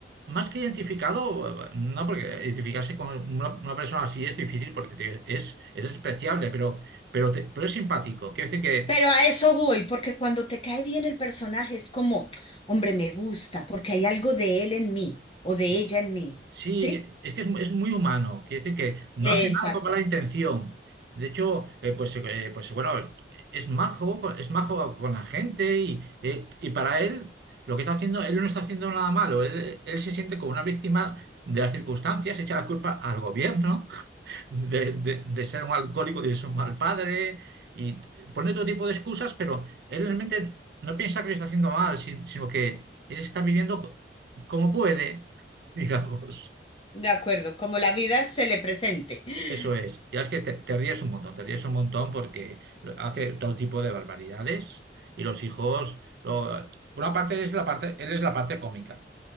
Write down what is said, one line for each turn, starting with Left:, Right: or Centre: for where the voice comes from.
Right: Más que identificado, no, porque identificarse con una, una persona así es difícil porque te- es, es despreciable, pero, pero, te- pero es simpático. Quiero decir que
Left: Pero a eso voy, porque cuando te cae bien el personaje es como, hombre, me gusta, porque hay algo de él en mí o
Right: sí,
Left: de ella en mí.
Right: sí,
Left: ¿Sí?
Right: que- es que es, mu- es muy humano. Quiero decir que no
Left: Exacto.
Right: hace nada con mala intención. De hecho, eh, pues, eh, pues bueno, es majo, con- es majo con la gente y, eh, y para él lo que está haciendo, él no está haciendo nada malo. Él, él se siente como una víctima de las circunstancias, echa la culpa al gobierno de, de- de ser un alcohólico, de ser un mal padre, y pone todo tipo de excusas, pero él realmente no piensa que lo está haciendo mal, si- sino que él está viviendo como puede, <laughs> digamos.
Left: De acuerdo, como la vida se le presente. <gasps>
Right: Eso es. Y es que te, te ríes un montón, te ríes un montón porque lo- hace todo tipo de barbaridades y los hijos... lo- por una parte es la parte, él es la parte cómica.